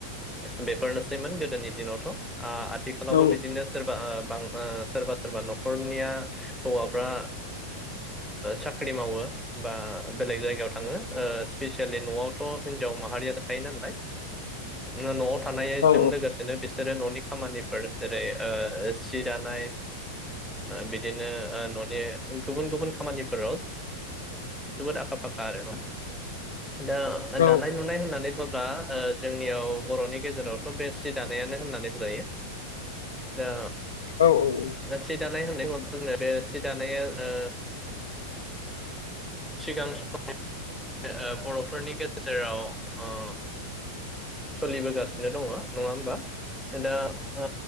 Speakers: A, in the centre; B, on the left (about 65°).
A: बेफोरनोसैमोन गोदोनि दिनावथ आ। थिखालावबो
B: औ
A: बिदिनो सोरबा बां। सोरबा सोरबा नखरनिया हौवाफ्रा साख्रि मावो बा बेलेग जायगायाव थाङो स्पिेसियेलि नआवथ हिनजाव माहारियासो थायो नालाय नआव थानायजों
B: औ
A: लोगोसेनो बिसोरो ननि खामानि। फोर जेरै सि दानाय बिदि। दिनो ओ न'नि गुबुन गुबुन खामानिफोराव जोबोद आखा फाखा आरो। दा
B: औ
A: दानाय लुनाय होननानै बुङोब्ला ओ जोंनियाव बर'नि गेजेरावथ' बे सि दानायानो होननानै बुं जायो। दा
B: औ औ
A: दा सि दानाय होननाय उनाव जोंनो बे सि दानाया ओ सिगां समाव ओ बर'फोरनि गेजेराव ओ सलिबोगासिनो दङ नङा होमबा? दा ओ